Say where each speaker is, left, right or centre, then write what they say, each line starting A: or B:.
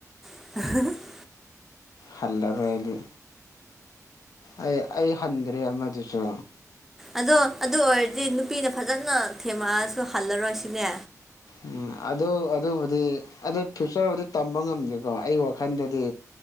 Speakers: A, in the centre; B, on the left.
A: <unintelligible>
B: ꯍꯜꯂꯔꯣꯏꯗꯤ ꯑꯩ ꯑꯩ ꯍꯟꯗ꯭ꯔꯦ ꯑꯃꯗꯨꯁꯨ
A: ꯑꯗꯣ ꯑꯗꯨ ꯑꯣꯏꯔꯗꯤ ꯅꯨꯄꯤꯅ ꯐꯖꯅ ꯊꯦꯝꯃꯛꯑꯁꯨ ꯍꯜꯂꯔꯣꯏ ꯁꯤꯅꯦ
B: ꯎꯝ ꯑꯗꯨ ꯑꯗꯨꯕꯨꯗꯤ ꯑꯗꯨ ꯐ꯭ꯌꯨꯆꯔꯕꯨꯗꯤ ꯇꯝꯕ ꯉꯝꯗꯦꯀꯣ ꯑꯩꯒꯤ ꯋꯥꯈꯜꯗꯗꯤ